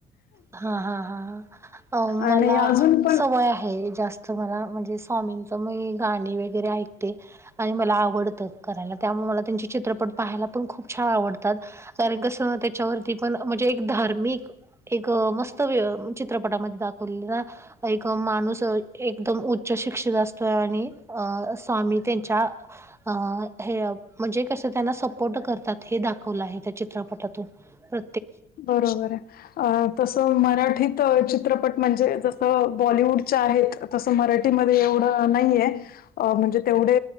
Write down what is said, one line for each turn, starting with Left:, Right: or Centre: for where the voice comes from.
Right: हा हा हा हा मला
Left: आणि अजून पण
Right: सवय आहे जास तुम्हाला म्हणजे स्वामींचं मी गाणी वगैरे ऐकते. आणि मला आवडतं करायला त्यामुळे मला त्यांचे चित्रपट पाहायला पण खूप छान आवडतात. कारण कसं हो त्याच्यावरती पण म्हणजे एक धार्मिक. एक मस्त वे चित्रपटामध्ये दाखवले ना. एक माणूस अ एकदम उच्च शिक्षित असतोय आणि अ अस स्वामी त्यांच्या अ हे म्हणजे कस त्यांना सपोर्ट करतात हे दाखवलं आहे त्या चित्रपटातून. तर
Left: बरोबर आहे. अ तसं मराठीत चित्रपट म्हणजे जसं बॉलिवूडच्या आहेत तसं मराठीमध्ये एवढं नाहीये पण अ म्हणजे तेवढे